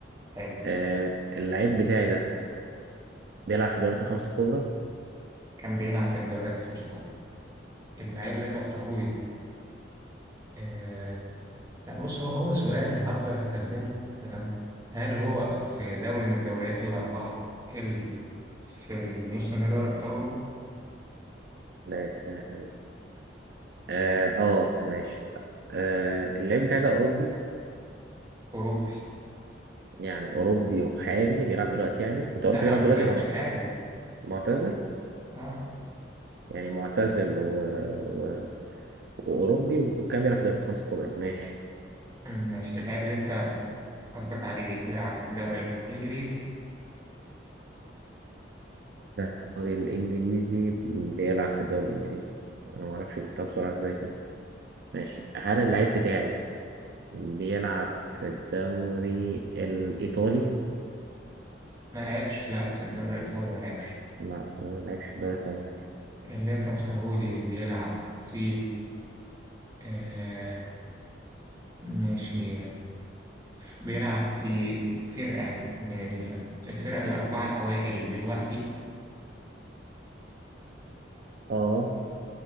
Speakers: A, on the right; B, on the right.
A: حلو
B: آه اللاعب بتاعي ده بيلعب في دوريات الخمسة الكبرى
A: كان بيلعب في الدوريات الخمسة الكبرى اللعيب اللي انت مختاره لي آه لا بص هو هو سؤال هفضل استخدمه تمام هل هو في دوري من الدوريات الأربعة اللي في النص نهائي دوري أبطال أوروبا
B: لا لا آه, آه ماشي آه اللاعب بتاعي ده أوروبي
A: أوروبي
B: يعني أوروبي وحالي بيلعب دلوقتي يعني أنت قلت
A: لا أنا
B: بيلعب
A: قلت
B: دلوقتي
A: لك
B: ولا
A: مش
B: معت-
A: حالي
B: معتزل
A: اه
B: يعني معتزل و... و... وأوروبي وكان بيلعب في دوريات الخمسة الكبرى ماشي
A: ماشي اللاعب اللي انت قصدك عليه بيلعب في الدوري الإنجليزي
B: الدوري الإنجليزي بيلعب في الدوري الإنجليزي أنا معرفش جبتها بسرعة إزاي كده ماشي هل اللعيب بتاعي بيلعب في الدوري الإيطالي؟
A: ما لعبش لا في الدوري الإيطالي ما لعبش
B: لا هو ما بيلعبش في الدوري الإيطالي ماشي
A: اللي انت مختاره لي بيلعب في آه ماشي بيلعب في فرقة من ال- الفرقة الأربعة الأوائل دلوقتي
B: آه